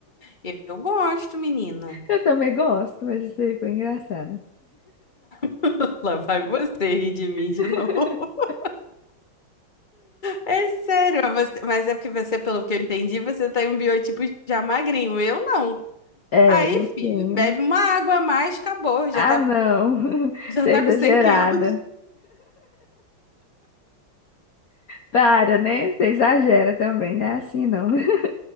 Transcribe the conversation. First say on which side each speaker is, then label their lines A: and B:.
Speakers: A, on the left; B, on the left.
A: Eu, eu gosto, menina.
B: Eu também gosto, mas isso aí foi engraçado.
A: <laughs> Lá vai você rir de mim de
B: <laughs>
A: novo. <laughs> É sério, mas você- mas é porque você, pelo que eu entendi, você tem um biotipo já magrinho. Eu não.
B: É,
A: Aí,
B: eu
A: filho,
B: tenho.
A: bebe uma água a mais, acabou. Já
B: Ah,
A: tá,
B: não. <laughs>
A: já
B: Você
A: tá
B: é exagerada.
A: com 100 quilos.
B: Para, né? Você exagera também, né? Assim não. <laughs>